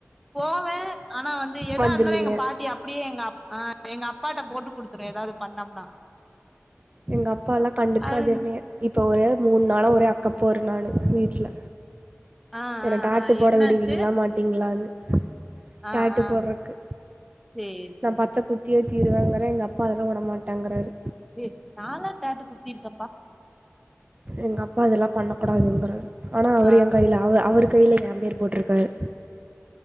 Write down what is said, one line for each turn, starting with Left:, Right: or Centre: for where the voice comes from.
Centre: போவேன் ஆனா வந்து எதா
Right: வந்துருவீங்க
Centre: இருந்தாலு எங்க பாட்டி அப்பிடியே எங்க அப் ஆஹ் எங்க அப்பாட்ட போட்டுக் குடுத்துரு ஏதாவது பண்ணம்னா
Right: எங்க அப்பா எல்லா கண்டுக்காது
Centre: அது
Right: என்னைய இப்ப ஒரே மூணு நாளா ஒரே அக்கப்போறு நானு வீட்டுல
Centre: ஆ
Right: என்ன
Centre: ஆ
Right: டாட்டூ
Centre: ஆ
Right: போட
Centre: என்னாச்சு
Right: விடுவீங்களா மாட்டீங்களான்னு
Centre: ஆ
Right: டாட்டூ
Centre: ஆ
Right: போட்றக்கு
Centre: சேரி
Right: நா
Centre: சேரி
Right: பச்சக் குத்தியே தீருவேங்கற எங்க அப்பா அதெல்லா விடமாட்டேங்கிறாரு
Centre: ஏ நால்லா டாட்டூ குத்திருக்கேன்பா
Right: எங்க அப்பா அதெல்லாம் பண்ணக்கூடாதுங்குறார் ஆனா அவரு
Centre: ஆ
Right: என் கையில அவ அவரு கையில ஏன் பேர் போட்டிருக்கார்